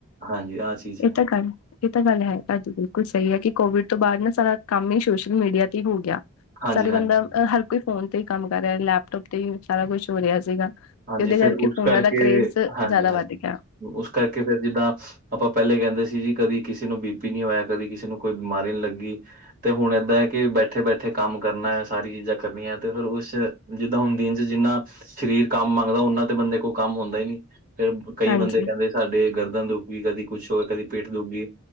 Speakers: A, on the right (about 40°); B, on the left (about 75°).
A: ਹਾਂਜੀ ਆਹ ਚੀਜ਼ ਹੈ
B: ਇਹ ਤਾਂ ਗੱਲ ਇਹ ਤਾਂ ਗੱਲ ਹੈ ਭਾਜੀ, ਬਿਲਕੁਲ ਸਹੀ ਹੈ ਕਿ ਕੋਵਿਡ ਤੋਂ ਬਾਅਦ ਨਾ ਸਾਰਾ ਕੰਮ ਹੀ ਸੋਸ਼ਲ ਮੀਡੀਆ ਤੇ ਹੀ ਹੋ ਗਿਆ
A: ਹਾਂਜੀ-ਹਾਂਜੀ।
B: ਸਾਰੇ ਬੰਦਾ ਹਰ ਕੋਈ ਫੋਨ ਤੇ ਹੀ ਕੰਮ ਕਰ ਰਿਹਾ ਲੈਪਟੋਪ ਤੇ ਹੀ ਸਾਰਾ ਕੁਛ ਹੋ ਰਿਹਾ ਸੀਗਾ।
A: ਹਾਂਜੀ,
B: ਤੇ ਉਹਦੇ
A: ਫਿਰ
B: ਕਰਕੇ
A: ਉਸ
B: ਫੋਨਾਂ ਦਾ ਕਰੇਜ਼
A: ਹਾਂਜੀ-ਹਾਂਜੀ,
B: ਜ਼ਿਆਦਾ ਵੱਧ ਗਿਆ ਹੈ।
A: ਉਸ ਕਰਕੇ ਫੇਰ ਜਿੱਦਾਂ। ਆਪਾਂ ਪਹਿਲੇ ਕਹਿੰਦੇ ਸੀ ਜੀ ਕਦੀ ਕਿਸੇ ਨੂੰ ਬੀ ਪੀ ਨਹੀਂ ਹੋਇਆ ਕਦੀ ਕਿਸੇ ਨੂੰ ਕੋਈ ਬਿਮਾਰੀ ਨਹੀਂ ਲੱਗੀ। ਤੇ ਹੁਣ ਇਦਾਂ ਹੈ ਕਿ ਬੈਠੇ- ਬੈਠੇ ਕੰਮ ਕਰਨਾ ਹੈ ਸਾਰੀ ਚੀਜ਼ਾਂ ਕਰਨੀਆਂ ਤੇ ਫਿਰ ਉਸ ਜਿੱਦਾਂ ਹੁਣ ਦਿਨ ਚ ਜਿੰਨਾ ਸਰੀਰ ਕੰਮ ਮੰਗਦਾ ਉਹਨਾਂ ਤੇ ਬੰਦੇ ਕੋਲ ਕੰਮ ਹੁੰਦਾ ਹੀ ਨੀ ਫੇਰ ਕਈ
B: ਹਾਂਜੀ,
A: ਬੰਦੇ ਕਹਿੰਦੇ ਸਾਡੇ ਗਰਦਨ ਦੁਖ ਗਈ ਕਦੀ ਕੁਛ ਹੋ ਗਿਆ ਕਦੀ ਪੇਟ ਦੁਖ ਗਈ